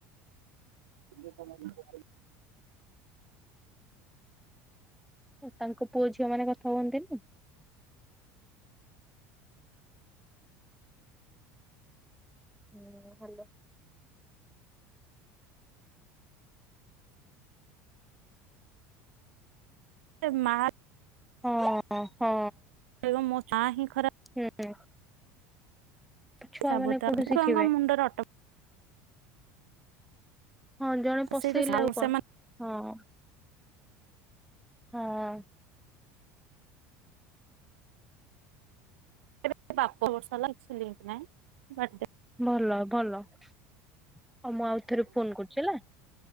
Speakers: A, on the right (about 80°); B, in the centre.
A: <unintelligible>
B: ତାଙ୍କ ପୁଅ ଝିଅ ମାନେ କଥା ହୁଅନ୍ତିନି? ହୁଁ, ହ୍ୟାଲୋ?
A: <unintelligible>
B: ହଁ <unintelligible> ହଁ।
A: <unintelligible> ହିଁ ଖରାପ।
B: ହୁଁ। ଛୁଆ
A: ସାବତା
B: ମାନେ କୋଉଠୁ ଶିଖିବେ।
A: ଛୁଆଙ୍କ ମୁଣ୍ଡରେ ଅଟୋ
B: ହଁ ଜଣେ ପସେଇଲେ
A: ସେଇଠୁ
B: ଆଉ
A: ସେମାନେ
B: କଣ? ହଁ, ହଁ।
A: <unintelligible>
B: ଭଲ ଭଲ। ଆଉ ମୁଁ ଆଉଥରେ ଫୋନ କରୁଛି ହେଲା।